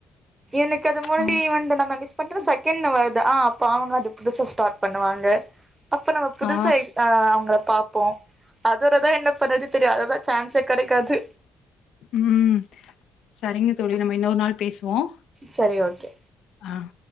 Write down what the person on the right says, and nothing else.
எனக்கு அது முழு
ஈவன் டூ நம்ப மிஸ் பண்ட செகண்ட் வருது ஆ அப்ப அவங்க அது புதுசா ஸ்டார்ட் பண்ணுவாங்க அப்ப நம்ம புதுசா
அவங்க பார் பாப்போம் அதோடதான் என்ன பண்ணறது தெரியும் அதது தான் சான்ஸ் எனக்கு கிடைக்காது
சரி ஓகே